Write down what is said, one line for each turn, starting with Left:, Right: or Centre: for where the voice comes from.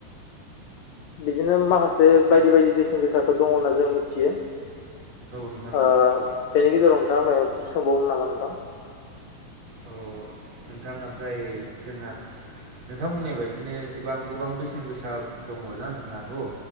Left: बिदिनो माखासे बायदि बायदि बेसेन गोसाखौ दङ होनना जों मिथियो
Right: नोंथां
Left: ओ
Right: औ
Left: बेनि गेजेराव नोंथाङा माबाफोर सोंबावनो नामा नोंथां
Right: अ नोंथां ओमफ्राय जोंहा नोंथां बुंनाय बायदिनोबां गोबां बेसेन गोसा दङना जोंहाथ'